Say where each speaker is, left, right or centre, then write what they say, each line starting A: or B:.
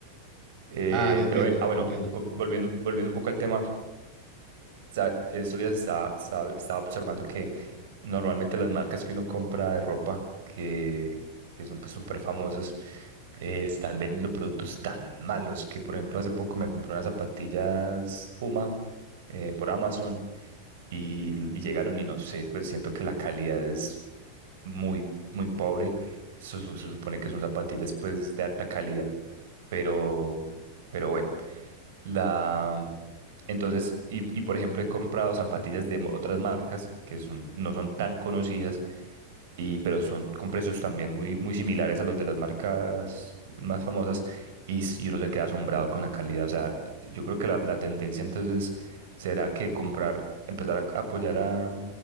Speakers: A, on the right; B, on the right.
A: Eh,
B: Ah, te entiendo,
A: pero ven, ah, bueno,
B: te entiendo.
A: o- volviendo, volviendo un poco al tema, sa- estos días estaba, estaba, estaba observando que normalmente las marcas que uno compra de ropa, que, que son pues súper famosas, eh, están vendiendo productos tan malos que, por ejemplo, hace poco me compré unas zapatillas Puma eh, por Amazon y, y llegaron y no sé, pues siento que la calidad es muy, muy pobre. Se, su- se supone que son zapatillas pues de alta calidad, pero, pero bueno. La, entonces, y, y, por ejemplo, he comprado zapatillas de mo- otras marcas que son, no son tan conocidas, y, pero son con precios también muy, muy similares a los de las marcas más famosas, y, s- y uno se queda asombrado con la calidad. O sea, yo creo que la, la tendencia entonces será que comprar, empezar a apoyar a,